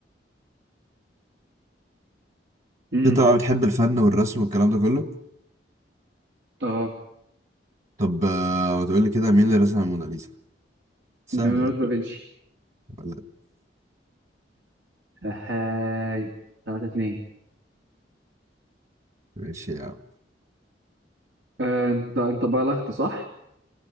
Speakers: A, on the right (about 90°); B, on the right (about 40°).
A: مم.
B: انت بقى بتحب الفن والرسم والكلام ده كله
A: اه
B: طب آه، ما تقول لي كده مين اللي رسم الموناليزا سهله
A: ليوناردو
B: دي
A: دافنشي
B: ولا
A: هاي تلاتة اتنين
B: ماشي يا عم
A: آه، انت انت بالغت صح؟